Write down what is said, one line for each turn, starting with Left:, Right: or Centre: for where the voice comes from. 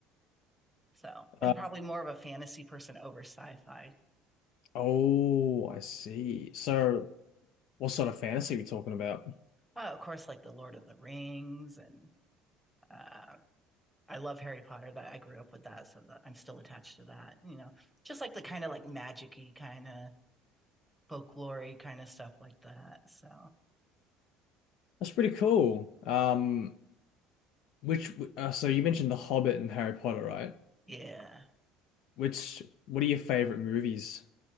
Centre: So, and
Left: Uh,
Centre: probably more of a fantasy person over sci-fi.
Left: oh, I see. So, what sort of fantasy are we talking about?
Centre: Uh, of course, like the Lord of the Rings and uh, I love Harry Potter. That I grew up with that, so that I'm still attached to that. You know, just like the kind of like magic-y kind of folklory kind of stuff like that. So
Left: That's pretty cool. Um, which uh, so you mentioned The Hobbit and Harry Potter, right?
Centre: yeah,
Left: Which what are your favorite movies